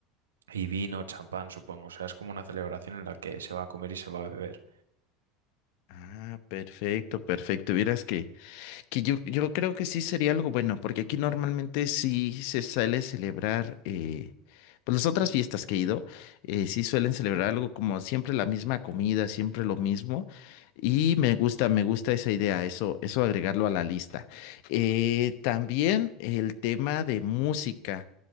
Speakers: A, on the right; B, on the left.
A: y vino, champán, supongo. O sea, es como una celebración en la que se va a comer y se va a beber.
B: Ah, perfecto, perfecto. Vieras que... Que yo, yo creo que sí sería algo bueno, porque aquí normalmente sí se suele celebrar, eh, pues las otras fiestas que he ido, eh, sí suelen celebrar algo como siempre la misma comida, siempre lo mismo, y me gusta, me gusta esa idea, eso, eso agregarlo a la lista. Eh, también el tema de música,